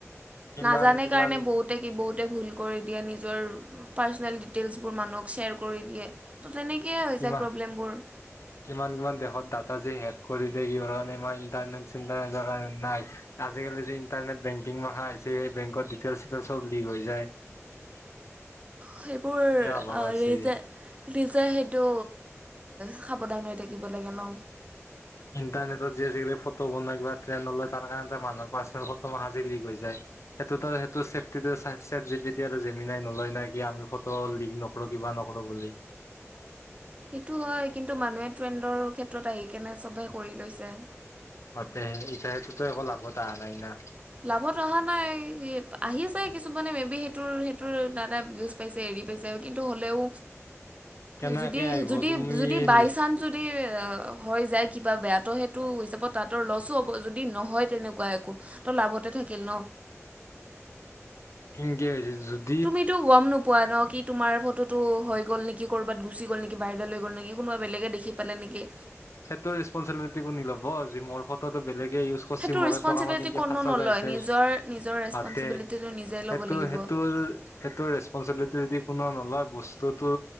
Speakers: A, on the left; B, on the right.
A: কিমান
B: নাজানে
A: কিমান
B: কাৰণে বহুতে কি বহুতে ভুল। কৰি দিয়ে নিজৰ পাৰ্চনেল ডিটেইলছবোৰ মানুহক শ্বেয়াৰ কৰি দিয়ে। তো তেনেকৈয়ে হৈ
A: কিমান
B: যায় প্ৰব্লেমবোৰ।
A: <inaudible> কিমান কিমান দেশত ডাটা যে হেক কৰি দেই কাৰণ ইমান ইণ্টাৰনেট চিটাৰ কাৰণে নাই। আজিকালি যি ইণ্টাৰনেট বেংকিং মাখা আহিছে সেই বেংকৰ ডিটেইল চিইটেল চব লিক হৈ যায়। <inaudible>
B: সেইবোৰ
A: কিয়া অভাৱ
B: আ
A: আছে।
B: নিজে নিজে সেইটো সাৱধান। থাকিব লাগে ন।
A: ইণ্টাৰনেটত যে আজিকালি ফটো বনাই কিবা ট্ৰেনড তাৰ কাৰণ মানুহৰ পাৰ্চনেল ফটো মাখা যে লিক হৈ যায়। সেইটোতো সেইটো চেফটিটো চেট জিবিটি জেমিনাই নাই নলয় নাই কি আমি ফটো লিক লম। পৰশি বা নগলো বুজিলোঁ।
B: সেইটো হয় কিন্তু মানুহে ট্ৰেণ্ডৰ ক্ষেত্ৰত আহি কেনে চবে কৰি লৈছে।
A: সতে সটোতো একো লাভত আহা নাই না।
B: লাভত অহা নাই আহি চে কিছুমানে মে বি সেইটো সেইটো না না। পাইছে হেৰী পাইছে কিন্ত হ'লেও
A: কেনেকে
B: যদি
A: আহিব
B: যদি
A: তুমি
B: যদি বাইচানচ।
A: নিজ
B: যদি হৈ যায় কিবা বেয়াতো সেইটো হিচাপত তাহাতৰ লছো হব যদি নহয় তেনেকুৱা একো। তো লাভতে থাকিল ন।
A: পিংকি হৈ যায় য'ত।
B: তুমিতো গম নোপোৱা ন কি তোমাৰ ফটোটো হৈ গ'ল নেকি ক'ৰবাত গুচি গ'ল নেকি? বাহিৰলৈ লৈ গ'ল নেকি কোনবাই বেলেগে দেখি পালে নেকি?
A: সেইটোৰ ৰেচপনচিবিলিটি কোনি ল'ব যে মোৰ ফটোটো বেলেগে ইউজ। কৰছি
B: সেইটো
A: মোৰ
B: ৰেচপনচিবিলিটি
A: টকা মাৰি এনকে
B: কোনো
A: ফাচা
B: নলয়
A: যাই আছে
B: নিজৰ নিজৰ ৰেচপনচিবিলিটিটো
A: হাতে
B: নিজে
A: সেইটো
B: ল'ব লাগিব।
A: সেইটোৰ। সেইটোৰ ৰেচপনচিবিলিটি যদি কোনো নলয় বস্তুটো